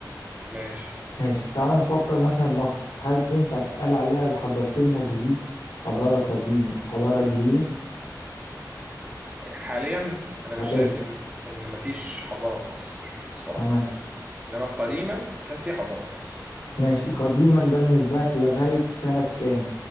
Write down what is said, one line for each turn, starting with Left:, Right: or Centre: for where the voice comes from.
Right: ماشي
Left: ماشي تعال نفكر مثلا مصر هل تنفع تتقال عليها الحضارتين موجودين حضارة قديمة وحضارة جديدة
Right: حاليا انا
Left: حاليا
Right: مش شايف ان ان مفيش حضاره في مصر الصراحه
Left: تمام
Right: انما قديما كان في حضاره في مصر
Left: ماشي قديما ده بالنسبة لك لغاية سنة كام